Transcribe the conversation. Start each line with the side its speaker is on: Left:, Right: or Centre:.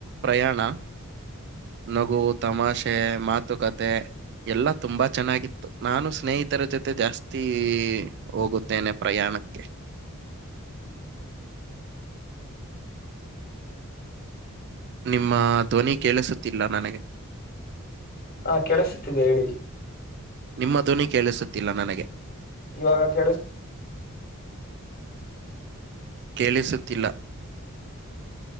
Right: ಪ್ರಯಾಣ. ನಗು ತಮಾಷೆ ಮಾತುಕತೆ ಎಲ್ಲಾ ತುಂಬಾ ಚೆನ್ನಾಗಿತ್ತು ನಾನು ಸ್ನೇಹಿತರ ಜೊತೆ ಜಾಸ್ತಿ ಹೋಗುತ್ತೇನೆ. ಪ್ರಯಾಣಕ್ಕೆ ನಿಮ್ಮ ಧ್ವನಿ ಕೇಳಿಸುತ್ತಿಲ್ಲ ನನಗೆ?
Left: ಹಾ ಕೆೇಳಸತಿದೆ ಹೇಳಿ
Right: ನಿಮ್ಮ ಧ್ವನಿ ಕೇಳಿಸುತ್ತಿಲ್ಲ ನನಗೆ..?
Left: ಇವಾಗ ಕೇಳಿಸ್ತೀದ್ಯಾ
Right: ಕೇಳಿಸುತ್ತಿಲ್ಲ